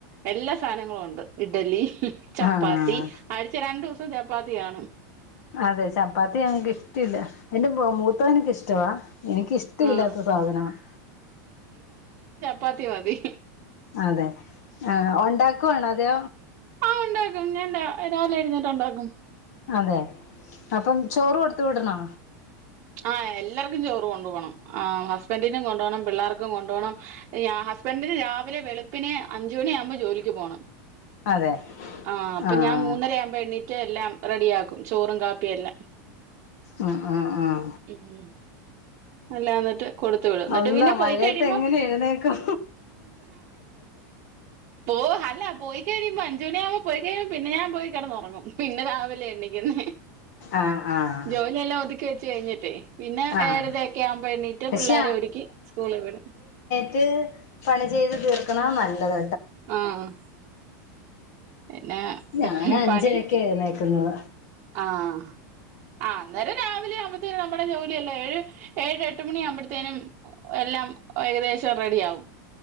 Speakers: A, on the right (about 30°); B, on the left (about 50°).
A: എല്ലാ സാധനങ്ങളും ഉണ്ട് ഇഡലി ഉ ചപ്പാത്തി
B: ആഹ്
A: അഴച രണ്ടു ദിവസം ചപ്പാത്തിയാണ്
B: അതെ ച അപ്പ അത് ഞ കിഷില്ല എന്റെ മൂത്ത എനക്ക് ഇഷ്ടവാ എനിക്കിഷ്ടമില്ലാത്ത
A: ആഹ്
B: സാധനമാണ്
A: പാത്തി പതി
B: അതെ ഉണ്ടാക്കുവാണോ അതോ
A: ആ ഉണ്ടാക്കും ഞാൻ രാവിലെ എഴുന്നേട്ട ഉണ്ടാക്കും
B: അതെ അപ്പം ചോറ് കൊടുത്ത വിടണോ
A: ആ എല്ലാർക്കും ചോറ് കൊണ്ടു പോോകണം ആ് ഹസ്ബൻറിിനും കൊണ്ട പോണം പിള്ളേർക്ക് ം കൊണ്ടുപോണം ഹസ്ബൻറിിന് രാവിലെ വെളുപ്പിന് അഞ്ചുമണി ആകുമ്പോ ജോലിക്ക് പോകണം
B: അതെ
A: ആഹ അപ്പൊ
B: ആഹ്
A: ഞാൻ മൂന്നര ആുമ്പോ എണ്ണീറ്റ്് എല്ലാം റെഡിയ ആാക്കും ചോറും കാപ്പിയും എല്ലാം
B: ഉം ഉം ഉം
A: ഉം അല്ല എന്നിട്ട് കൊടുത്തു വിട എന്നിട്ട്
B: അള്ളാ
A: പിന്നെ
B: മഴയത്ത്
A: പോയിക്കഴിയുമ്പോ
B: എങ്ങനെ എഴുന്നേക്കും
A: പോ അല്ല പോയി ുമ്പ അഞ്ച മണിയാവുമ്പ പോയിഴ പിന്നെ ഞാ പോയി കിന്ന്ുറങ്ങും പിന്നെ രാവിലെ എണ്ണിക്കുന്ന
B: ആഹ് ആഹ്
A: ജോലിയെല്ലാം ഒതുക്കി വെച്ച റ്റ് കഴിഞ്ഞിട്ടേ പിന്നെ
B: ആഹ്
A: ഏഴരരക്കെ ആവുമ്പെ എണീറ്റ്
B: പക്ഷെ
A: പിള്ളേരെ ഒര്ക്കി സ്കൂള് വിട്
B: ക്ക് പണി ചെയ്ത് തീർക്കണാ നല്ലത്
A: ആഹ് പിന്നെ
B: ഞാന് അഞ്ചരക്ക്
A: പണി
B: എഴുന്നേക്കുന്നു
A: ആഹ് ആഹ് അന്നേരം രാവിലെ ആവുമ്പത്തേനും നമ്മുടെ ജോലിയല്ലാ ഏഴ്, ഏഴ്, എട്ട് മണിയാവുമ്പട്ത്തേനും എല്ലാം ഏകദേശം റെഡിയാവും